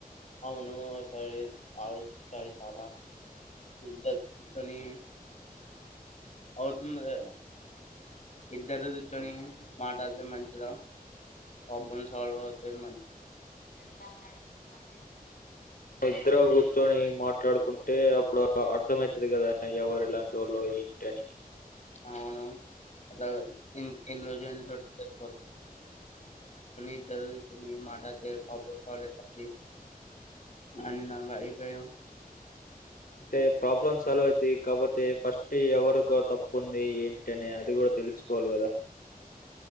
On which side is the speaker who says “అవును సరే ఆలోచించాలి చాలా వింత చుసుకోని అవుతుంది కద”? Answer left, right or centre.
Left